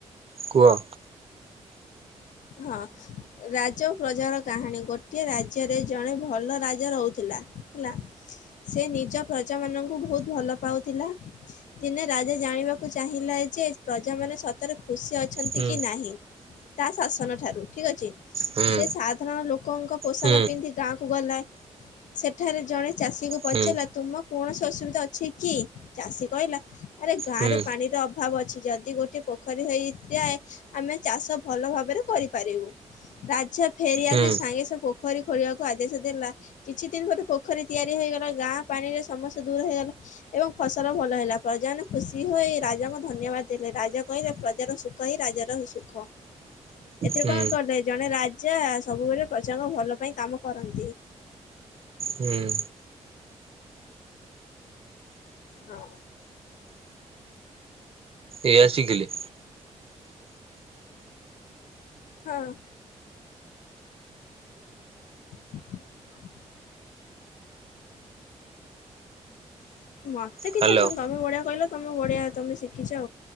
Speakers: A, on the right; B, on the left.
A: କୁହ।
B: ହଁ ରାଜ ଓ ପ୍ରଜାର କାହାଣୀ, ଗୋଟିଏ ରାଜ୍ୟରେ ଜଣେ ଭଲ ରାଜା ରହୁଥିଲା। ହେଲା, ସେ ନିଜ ପ୍ରଜାମାନଙ୍କୁ ବହୁତ ଭଲ ପାଉଥିଲା। ଦିନେ ରାଜା ଜାଣିବାକୁ ଚାହିଁଲା ଯେ ପ୍ରଜା ମାନେ ସ ତରେ ଖୁସି ଅଛନ୍ତି
A: ହୁଁ
B: କି ନାହିଁ, ତା ଶାସନ ଠାରୁ ଠିକ ଅଛି।
A: ହୁଁ
B: ସେ ସା ସାଧାରଣ ଲୋକଙ୍କ ପୋଷାକ
A: ହୁଁ
B: ପିନ୍ଧି ଗାଁକୁ ଗଲେ ସେଠାରେ ଜଣେ ଚାଷୀକୁ ପଚାରିଲା
A: ହୁଁ
B: ତୁମ କୌଣସି ଅସୁବିଧା ଅଛି କି? ଚାଷୀ କହିଲା ଆରେ ଗାଁ
A: ହୁଁ
B: ରେ ପାଣିର ଅ ଅଭାବ ଅଛି ଯଦି ଗୋଟେ ପୋଖରୀ ହେଇଯାଏ ଆମେ ଚାଷ ଭଲ ଭାବରେ କରିପାରିବୁ। ରାଜା ଫେରି
A: ହୁଁ
B: ଆସି ସାଙ୍ଗେ ସେ ପୋଖରୀ ଖୋଳିବାକୁ ଆଦେଶ ଦେଲା। କିଛି ଦିନ ପରେ ପୋଖରୀ ତିଆରି ହେଇଗଲା, ଗାଁ ପାଣି ରେ ସମସ୍ୟା ଦୂର ହେଇଗଲା। ଏବଂ ଫସଲ ଭଲ ହେଲା, ପ୍ରଜାମାନେ ଖୁସି ହୋଇ ରାଜାଙ୍କୁ ଧନ୍ୟବାଦ ଦେଲେ। ରାଜା କହିଲେ ପ୍ରଜାର ସୁ କ ହି ରାଜର ସୁଖ। ଏଥିରେ
A: ହୁଁ
B: କଣ କଲେ? ଜଣେ ରାଜା ସବୁବେଳେ ପ୍ରଜାଙ୍କ ଭଲ ପାଇଁ କାମ କରନ୍ତି।
A: ହୁଁ।
B: ହଁ।
A: ଏଇଆ ଶିଖିଲି।
B: ହଁ। ହୁ ହ <inaudible> ମୋତେ କିଛି
A: ହ୍ୟାଲୋ
B: ଆସୁନି, ତୋମେ ବଢିଆ କହିଲ ତୋମେ ବଢ଼ିଆ, ତୋମେ ଶିଖିଛ,